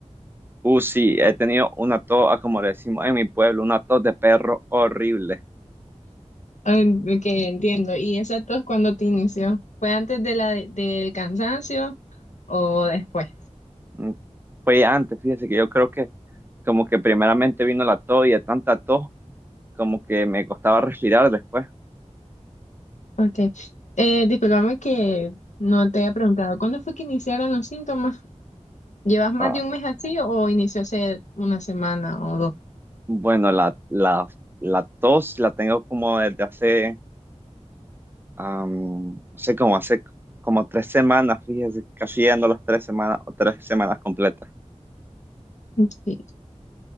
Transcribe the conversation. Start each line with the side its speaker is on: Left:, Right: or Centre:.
Right: Uh, sí, he tenido una tos, ah, como le decimos en mi pueblo, una tos de perro horrible.
Left: En- Ok, entiendo. ¿Y esa tos cuándo te inició? ¿Fue antes de la de- del cansancio o después?
Right: Mm, Fue antes, fíjese que yo creo que como que primeramente vino la tos y de tanta tos como que me costaba respirar después.
Left: Ok. Eh, discúlpame que no te había preguntado, ¿cuándo fue que iniciaron los síntomas? ¿Llevas más
Right: Ah,
Left: de un mes así o inició hace una semana o dos?
Right: bueno, la, la, la tos la tengo como desde hace, am, no sé, como hace como tres semanas, fíjese, casi llegando a las tres semanas o tres semanas completas.
Left: Sí.